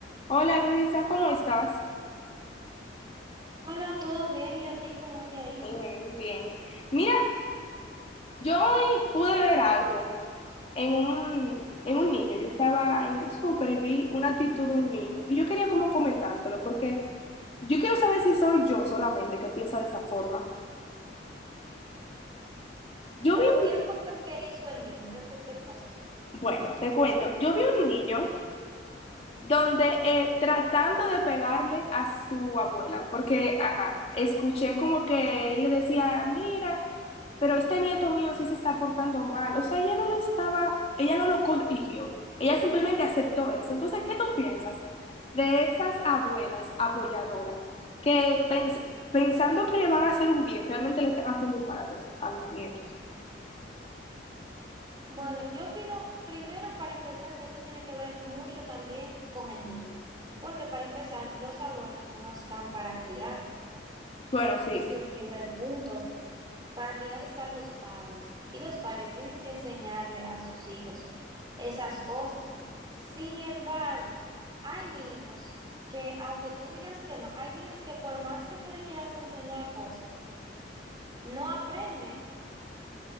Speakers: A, on the left; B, on the right.
A: Hola Luisa, ¿cómo estás?
B: Hola, ¿todo bien? ¿Y a ti cómo te ha ido?
A: Bien, bien. Mira, yo hoy pude ver algo en un, en un niño. Yo estaba en el súper y vi una actitud de un niño. Y yo quería como comentártelo porque yo quiero saber si soy yo solamente que piensa de esa forma. Yo
B: Pero,
A: vi un,
B: ¿qué fue lo que hizo el niño? ¿Qué fue que pasó?
A: bueno, te cuento, yo vi un niño donde eh, tratando de pegarle a su abuela, porque, ajá, escuché como que él le decía, mira, pero este nieto mío sí se está portando mal, o sea, ella no lo estaba, ella no lo corrigió, ella simplemente aceptó eso. Entonces, ¿qué tú piensas de esas abuelas apoyadoras que pens- pensando que le van a hacer un bien, realmente le están haciendo un mal a los, a los nietos?
B: Bueno, yo opino primero para empezar que eso tiene que ver mucho también con el niño, porque para empezar los abuelos no están para criar,
A: Bueno, sí,
B: es el primer punto. O sea, Para criar están los padres y los padres tienen que enseñarle a sus hijos esas cosas. Sin embargo, hay niños que, aunque tú digas que no, hay niños que por más que tú le quieras enseñar cosas, no aprenden